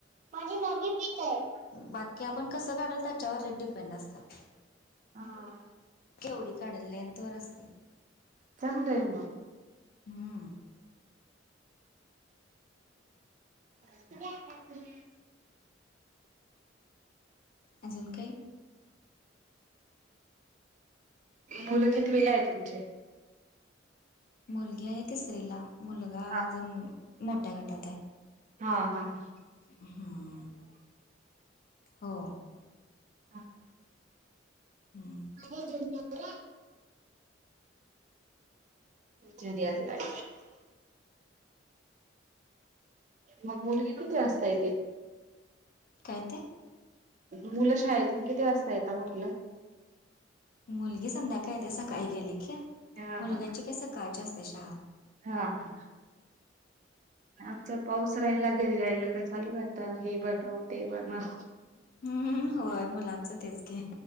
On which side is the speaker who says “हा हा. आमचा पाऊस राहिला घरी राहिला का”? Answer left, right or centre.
Right